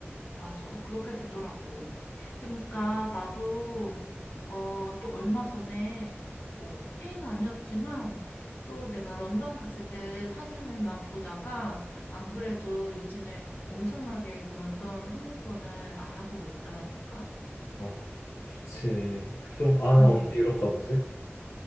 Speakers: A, on the left (about 60°); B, on the left (about 85°).
A: 맞아. 그렇게 되더라고. 그러니까 나도, 어, 또 얼마 전에, 뭐, 스페인은 아니었지만, 또 내가 런던 갔을 때 사진을 막 보다가, 안 그래도 요즘에 엄청나게 그 런던 항공권을 알아보고 있더라니까.
B: 아, 좋지. 그쵸 아,
A: 음,
B: 나 언제 유럽 가보지?